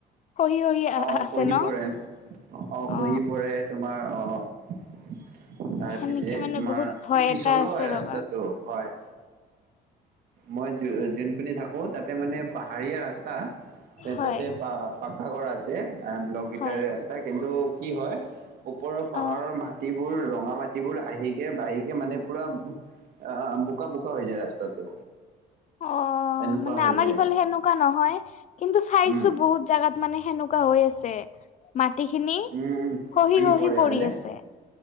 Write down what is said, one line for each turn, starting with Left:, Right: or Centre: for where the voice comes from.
Left: খহি খহি
Right: আহ
Left: আছে
Right: খহি
Left: ন
Right: পৰে অ' খহি
Left: অ
Right: পৰে তোমাৰ আহ তাৰ
Left: সেনেকে
Right: পিছে
Left: মানে
Right: তোমাৰ
Left: বহুত ভয়
Right: পিছলো
Left: এটা আছে
Right: হয় ৰাস্তাটো।
Left: ৰবা
Right: হয় মই যোনপিনে থাকো তাতে মানে পাহাৰীয়া ৰাস্তা।
Left: হয়
Right: তাতে প পাকা ঘৰ আছে ব্লক ইটাৰে
Left: হয়
Right: ৰাস্তা, কিন্তু কি হয় ওপৰৰ পাহাৰৰ
Left: অ
Right: ম মাটিবোৰ ৰঙা মাটিবোৰ আহিকে বাঢ়িকে মানে পুৰা অ' বোকা বোকা হৈ যায় ৰাস্তাটো।
Left: অ'
Right: এনেকুৱা
Left: মানে
Right: হৈ
Left: আমাৰ
Right: যায়
Left: ইফালে সেনেকুৱা নহয়, কিন্তু চাইছো
Right: উম
Left: বহুত জাগাত মানে সেনেকুৱা হৈ আছে। মাটিখিনি
Right: উম উম
Left: সহি
Right: খহি
Left: সহি
Right: পৰে
Left: পৰি
Right: হয়নে
Left: আছে,